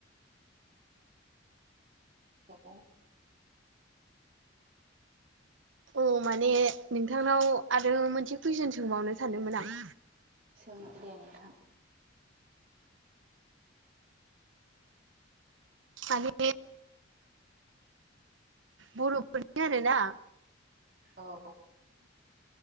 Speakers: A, on the right; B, on the right.
A: औ
B: औ माने नोंथांनाव आरो मोनसे कुइसन सोंबावनो सानदोंमोन आं
A: सों दे नोंथां
B: माने बर'फोरनि आरोना
A: औ